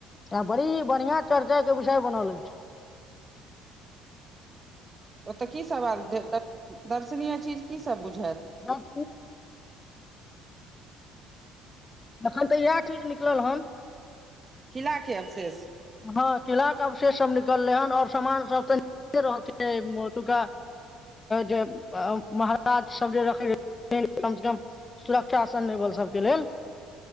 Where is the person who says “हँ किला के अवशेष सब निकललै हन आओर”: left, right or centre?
Left